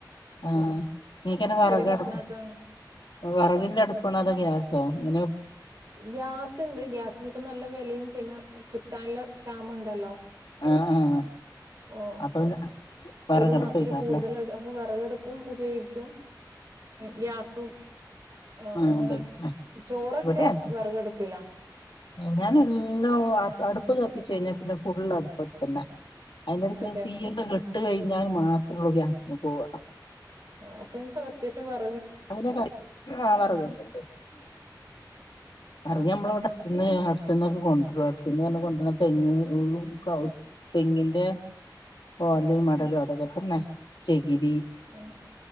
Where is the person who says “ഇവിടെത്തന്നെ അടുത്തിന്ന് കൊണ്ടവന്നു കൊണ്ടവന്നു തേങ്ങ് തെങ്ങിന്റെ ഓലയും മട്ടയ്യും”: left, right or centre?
Left